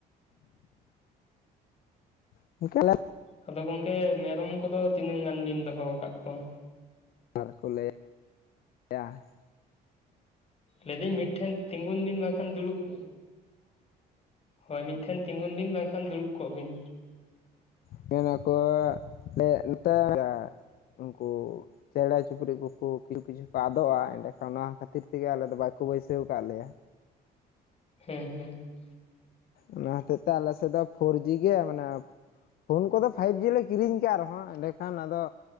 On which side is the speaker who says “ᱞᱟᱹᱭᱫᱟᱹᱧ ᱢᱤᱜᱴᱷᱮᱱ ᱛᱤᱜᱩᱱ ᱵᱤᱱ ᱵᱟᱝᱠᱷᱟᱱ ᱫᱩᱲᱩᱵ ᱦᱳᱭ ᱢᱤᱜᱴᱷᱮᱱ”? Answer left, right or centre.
Left